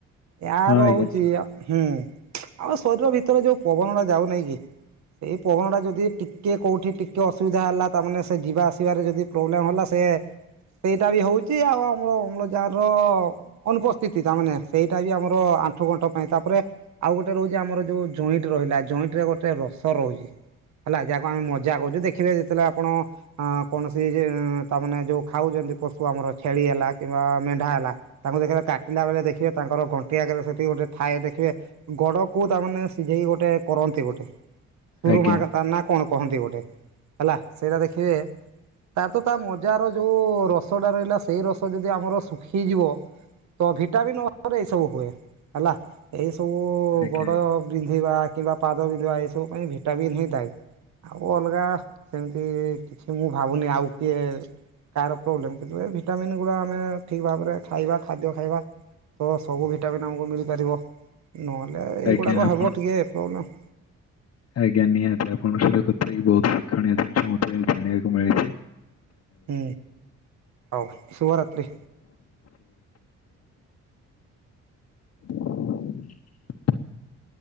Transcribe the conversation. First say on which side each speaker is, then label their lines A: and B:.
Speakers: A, on the right; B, on the left.
A: ଏଆର
B: ହଁ ଆଜ୍ଞା
A: ହଉଛି ହୁଁ ଆମ ଶରୀର ଭିତରେ ଯୋଉ ପବନ ଟା ଯାଉନାଇଁ କି ସେଇ ପବନ ଟା ଯଦି ଟିକେ କୋଉଠି ଟିକେ ଅସୁବିଧା ହେଲା ତାମାନେ ସେ ଯିବା ଆସିବାରେ ଯଦି ପ୍ରୋବ୍ଲେମ ହେଲା ସେ ସେଇଟା ବି ହଉଛି ଆଉ ଅମ୍ଳଯା ଅନୁପସ୍ଥିତି ତା ମାନେ ସେଇଟା ବି ଆମର ଆଣ୍ଠୁ ଗଣ୍ଠ ପାଇଁ ତାପରେ ଆଉ ଗୋଟେ ରହୁଛି ଆମର ମର ଯୋଉ ଜଏଣ୍ଟ ରହିଲା ଜଏଣ୍ଟ ରେ ଗୋଟେ ରସ ରହୁଛି। ହେଲା ଯାହାକୁ ଆମେ ମଜା କହୁଚୁ ଦେଖିବେ ଯେତେବେଳେ ଆପଣ ଅ କୌଣସି ତାମାନେ ଯୋଉ ଖାଉଚେ ଯେମତି ପଶୁ ଆମର ଛେଳି ହେଲା କିମ୍ବା ମେଣ୍ଢା ହେଲା ତାଙ୍କୁ ଦେଖିଲେ କାଟିଲା ବେଳେ ଦେଖିବେ ତାଙ୍କର ଗଣ୍ଟି ଆଗରେ ସେ ଗୋଟେ ଥାଏ ଦେଖିବେ ଗୋଡକୁ ତାମାନେ ସିଝେଇ ଗୋଟେ କରନ୍ତି ଗୋଟେ। ସରୁମା
B: ଆଜ୍ଞା
A: କଥା ନା କଣ କହନ୍ତି ଗୋଟେ ହେଲା ସେଇଟା ଦେଖିବେ ତାର ତ ତା ମଜାର ଯୋଉ ରସଟା ରହିଲା ସେଇ ରସ ଯଦି ଆମର ଶୁଖିଯିବ ତ ଭିଟାମିନ୍ ଅର୍ଥରେ ଏଇ ସବୁ ହୁଏ ହେଲା ଏଇ ସବୁ
B: ଆଜ୍ଞା
A: ଗୋଡ
B: ଆଜ୍ଞା
A: ବିନ୍ଧିବା କିମ୍ବା ପାଦ ବିନ୍ଧିବା ଏ ସବୁ ପାଇଁ ଭିଟାମିନ୍ ହିଁ ଦାଇ। ଆଉ ଅଲଗା ସେମିତି କିଛି ମୁଁ ଭାବୁନି ଆଉ କିଏ କାହାର ପ୍ରୋବେଲମ କିନ୍ତୁ ଏ ଭିଟାମନ୍ ଗୁରା ଆମେ ଠିକ ଭାବରେ ଖାଇବା ଖାଦ୍ୟ ଖାଇବା। ତ ସବୁ ଭିଟାମିନ ଆମକୁ ମିଳିପାରିବ। ନହେଲେ ଏଇଗୁଡ଼ାକ
B: ଆଜ୍ଞା ଆପଣ
A: ହେବ ଟିକେ ପ୍ରୋବ୍ଲେମ୍।
B: ଆଜ୍ଞା ନିହାତି ଆପଣଙ୍କ ସହିତ କଥା ହେଇକି ବହୁତ ଶିକ୍ଷଣୀୟ ଜିନିଷ ମତେ ଜାଣିବାକୁ ମିଳିଚି।
A: ହୁଁ ହଉ ଶୁଭରାତ୍ରି।
B: ହ